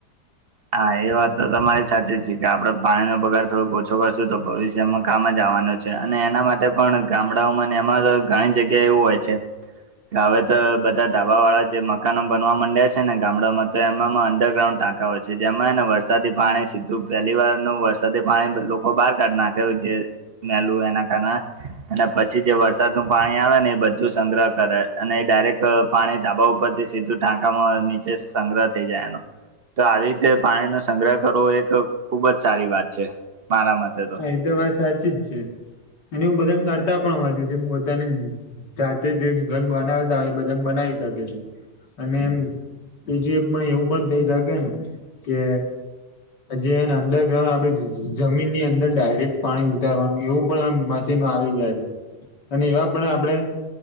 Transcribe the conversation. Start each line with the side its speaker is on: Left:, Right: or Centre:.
Right: હા એ વાત તો તમારી સાચી જ છે કે આપડે પાણીનો બગાડ થોડોક ઓછો કરશું તો ભવિષ્યમાં કામ જ આવવાનો છે. અને એના માટે પણ ગામડાઓમાં એમાં ઘણી જગ્યા એવું હોય છે. હવે તો બધા ધાબા વાળા જે મકાનો બનવા માંડ્યા છે ને ગામડામાં તો એમાંમાં અંડરગ્રાઉન્ડ ટાંકા હોય છે. જેમાં ને વરસાદી પાણી સીધું પહેલી વાર નુ વરસાદી પાણી લો કો બહાર કાઢનાખે છે જે મેલું એના કારણે અને પછી જે વરસાદ નું પાણી આવે ને એ બધું સંગ્રહ કરે અને એ ડાયરેક્ટ પાણી ધાબા ઉપરથી સીધું ટાંકામાં નીચે સંગ્રહ થઈ જાય આનો તો આવી તે પાણીનો સંગ્રહ કરવો એક ખુબ જ સારી વાત છે મારા મતે.
Left: હા એ તો વાત સાચી જ છે અને એવુ બધા કરતા પણ હોય છે જેમ પોતાની જ જ જાતે જે ઘર બનાવતા હોય એ બધા બનાવી શકે છે અને એમ બીજું એક પણ એવું પણ થઇ શકેેને કે જે એને અંડરગ્રાઉન્ડ આપે જ જ જમીન નીં અંદ અંદર ડાયરેક્ટ પાણી ઉતારવાનું એવું પણ મશીન આવી ગયા છે. અને એવા પણ આપડે